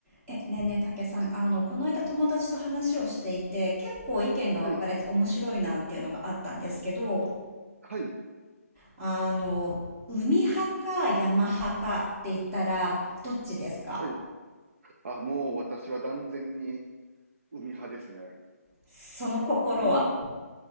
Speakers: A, on the right; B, on the right.
A: え、ねえねえ、たけさん、あの、この間友達と話をしていて、結構意見が分かれて面白いなっていうのがあったんですけど、
B: はい、はい、
A: あの、
B: うん。
A: 海派か山派かって言ったら、どっちですか
B: はい。あ、もう私は断然に海派ですね。
A: その心は。
B: うん。